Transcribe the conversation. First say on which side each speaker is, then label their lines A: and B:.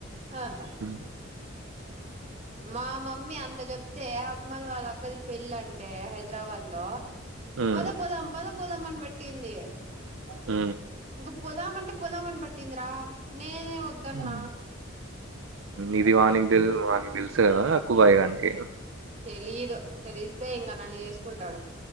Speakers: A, on the right; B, on the right.
A: ఆహా
B: హ్మ్.
A: మా మమ్మీ అంత చెప్తే అక్మల్ వాళ్ళ అక్కది పెళ్ళి అంటే హైదరాబాద్ హలో
B: హ్మ్.
A: పద పోదాం పద పోదం అని బట్టింది
B: హ
A: ఇంకా పోదామంటే పోదామని పట్టిందిరా నేనే వద్దన్న
B: హ్మ్. ఇది వానికి తెలీదు వానికి తెలుసు కదా అక్కు బాయి గానికి
A: తెలీదు తెలిస్తే ఇంకా నన్ను ఏసుకుంటాడు